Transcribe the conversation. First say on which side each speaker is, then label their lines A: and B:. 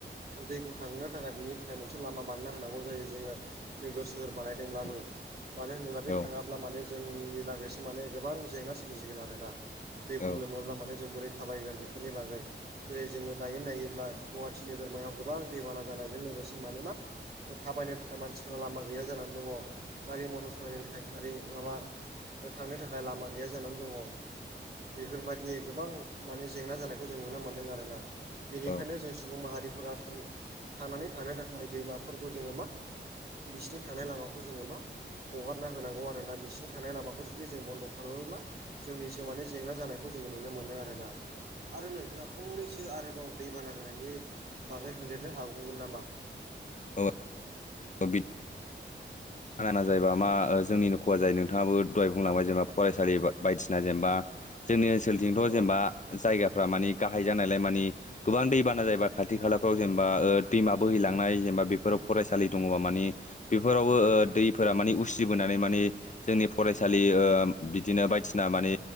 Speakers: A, on the right (about 55°); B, on the left (about 40°).
A: दैखौ थांनो थाखाय बिनि थाखाय मोनसे लामा बानायनो होनांगौ जायो जोङो नोगोर सोहोर बानायदोंब्लाबो
B: उम
A: मानो होनोब्ला बे
B: औ
A: थाङाब्ला माने जोंनि लोगोसे माने गोबां जेंना सोमजिगोन आरोना। दैफोर
B: औ
A: लोमोब्ला माने जों बोरै थाबायगोन बेफोरनि बागै जेरै जोङो दायो नायोब्ला गुवाहाटि नोगोरमायाव गोबां दैबाना जानायजों लोगोसे माने मा थाबायनो थाखाय मानसिफ्रा लामा गैया जानानै दङ। गारि मथर सालायनो थाखाय गारि माबा थांनो थाखाय लामा गैया जानानै दङ। बेफोरबायदि गोबां माने जेंना जानायखौ जों नुनो मोन्दों आरोना बेनिखायनो
B: औ
A: जों सुबुं माहारिफोरा थां थांनानै थानो थाखाय दैमाफोरखौ जोङो मा बिसिनि थानाय लामाखौ जोङो मा हगारना होनांगौ आरो ना बिसिनि थांनाय लामाखौ जुदि जों बन्द' खालामोब्ला जोंनिसो माने जेंना जानायखौ जोङो नुनो मोनो आरोना। आरो नोंथाङा फंनैसो आरोबाव दैबाना जानायनि बागै होनदेरनो हाबावगोन नामा
B: औ औ बि <unintelligible> बाना जायोबा मा जोंनिनो खहा जायो नोंथाङाबो दहाय बुंलांबाय जेनेबा फरायसालि बायदिसिना जेनेबा जोंनि ओनसोलजोंथ'
A: औ
B: जेनेबा जायगाफ्रा मानि गाहाय जानायलाय मानि गोबां दैबाना जायोबा खाथि खालाफ्राव जेनेबा ओ दैमा बोहैलांनाय जेनेबा बेफोराव फरायसालि दङबा मानि बेफोरावबो ओ दैफोरा माने उसिबोनानै माने जोंनि फरायसालि ओ बिदिनो बायदिसिना मानि